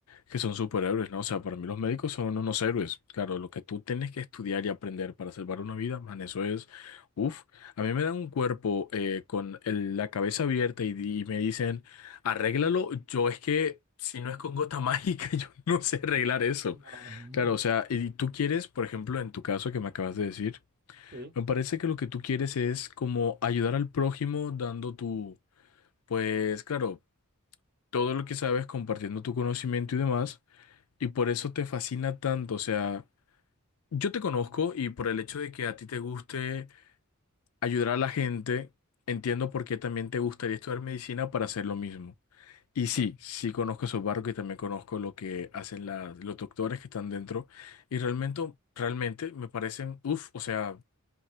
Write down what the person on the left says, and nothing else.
que son superhéroes, ¿no? O sea, para mí los médicos son unos héroes, claro, lo que tú tienes que estudiar y aprender para salvar una vida, man, eso es, uff, a mí me dan un cuerpo eh, con el- la cabeza abierta y, di- y me dicen, arréglalo, yo es que... Si no es con gota mágica, <laughs> yo no sé arreglar eso.
Claro, o sea,
y tú quieres, por ejemplo, en tu caso que me acabas de decir,
me parece que lo que tú quieres es como ayudar al prójimo dando tu, pues claro, todo lo que sabes, compartiendo tu conocimiento y demás, y por eso te fascina tanto. O sea, yo te conozco y por el hecho de que a ti te guste ayudar a la gente, entiendo por qué también te gustaría estudiar medicina para hacer lo mismo. Y sí,
sí conozco esos barcos y también conozco lo que hacen las- los doctores que están dentro y realmente, realmente me parecen, uff, o sea...